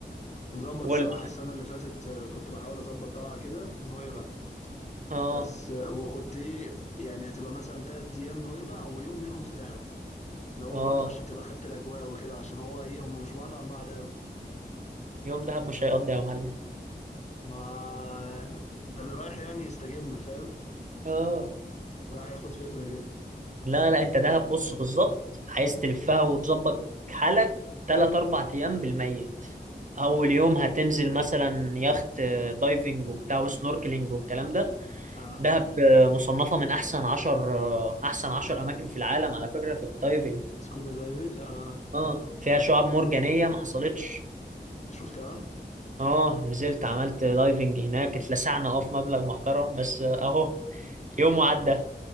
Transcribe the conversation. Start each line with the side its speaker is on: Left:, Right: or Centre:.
Left: كنت مظبط
Right: وال...
Left: الصراحة السنة اللي فاتت آه، كنت بحاول أظبط طلعة كده نويبع
Right: اه
Left: بس آه، وكنت إيه يعني هتبقى مثلا تلات أيام نويبع ويوم منهم في دهب اللي هو
Right: اه
Left: برضه عشان تبقى خدت الأجواء وكده عشان هو إيه هم مش بعاد عن بعض أوي
Right: يوم دهب مش هيقضي يا معلم
Left: ما <laughs> ده اللي رايح يعني يستجم فاهم
Right: اه
Left: رايح ياخد فكرة كده
Right: لا لا انت دهب بص بالظبط عايز تلفها وتظبط حالك تلات اربع ايام بالميت اول يوم هتنزل مثلا يخت آه، دايفنج وبتاع وسنوركلينج والكلام ده
Left: آه
Right: دهب آه، مصنفة من أحسن عشر آه، أحسن عشر أماكن في العالم على فكرة في الدايفنج
Left: سكوبا دايفنج آه
Right: اه فيها شعاب مرجانية ما حصلتش
Left: شفتها
Right: اه نزلت عملت دايفنج هناك اتلسعنا اه في مبلغ محترم بس آه، اهو يوم وعدى